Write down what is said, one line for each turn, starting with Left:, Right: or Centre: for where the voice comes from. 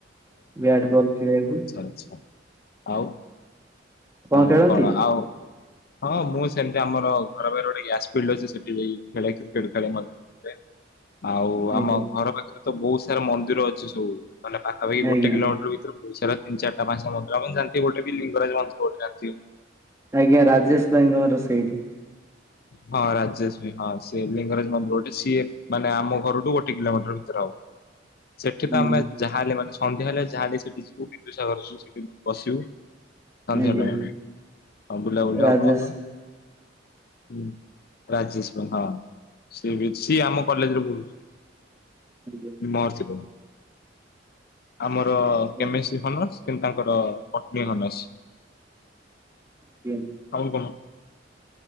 Right: ବ୍ୟାଟ ବଲ ଖେଳିବାକୁ।
Left: ଆଛା ଆଚ୍ଛା ଆଉ
Right: ଆପଣ
Left: ଆଉ
Right: ଖେଳନ୍ତି?
Left: କଣ ଆଉ ହଁ ମୁଁ ସେମିତି ଆମର ଘର ବାରେ ଗୋଟେ ଗ୍ୟାସ ଫିଲ୍ଡ ଅଛି ସେଠି ଯାଇ ଖେଳେ କ୍ରିକେଟ ଖେଳେ ମ <inaudible> ଆଉ
Right: ଆଜ୍ଞା
Left: ଆମ ଘର ପାଖରେ ତ ବହୁତ ସାରା ମନ୍ଦିର ଅଛି ସବୁ ମାନେ ପାଖାପାଖି
Right: ଆଜ୍ଞା
Left: ଗୋଟେ କିଲୋମିଟର ଭିତ ଓଡିଶାରେ ତିନ ଚାରିଟା ପାଞ୍ଚଟା ମନ୍ଦିର ହବ ଜେମତି ଗୋଟେ ବି ଲିଙ୍ଗରାଜ ମନ୍ଦିର ଗୋଟେ ଅଛି।
Right: ଆଜ୍ଞା ରାଜେଶ ଭାଇଙ୍କ ଘର ସେଇଠି।
Left: ହଁ ରାଜେଶ ଭି ହଁ ସେ ଲିଙ୍ଗରାଜ ମନ୍ଦିର ଗୋଟେ ସିଏ ମାନେ ଆମ ଘରଠୁ ଗୋଟେ କିଲୋମିଟର ଭିତରେ ହବ ସେଠିପା
Right: ହୁଁ
Left: ଆମେ ଯାହାହେଲେ ମାନେ ସନ୍ଧ୍ୟା ହେଲେ ଯାହା ହେଲେ ସେଠି ଯିବୁ ବିନ୍ଦୁସାଗର ଯ ସେଠି ବସିବୁ। ସନ୍ଧ୍ୟା
Right: ଆଜ୍ଞା
Left: ଟାଇମ ହେଲେ ଆଉ ବୁଲାବୁଲି
Right: ରାଜେଶ
Left: ହବ ଆମ ହଁ ରାଜେଶ ଭ ହଁ ସିଏ ବି ସିଏ ଆମ କଲେଜରେ ପଢୁଛି।
Right: ଆଜ୍ଞା
Left: ମହର୍ଷି ରେ ଆମର କେମିଷ୍ଟ
Right: ଆଜ୍ଞା
Left: ଅନର୍ସ। କିନ୍ତୁ ତାଙ୍କର ପଟନି ଅନର୍ସ।
Right: କି
Left: ଆଉ କଣ।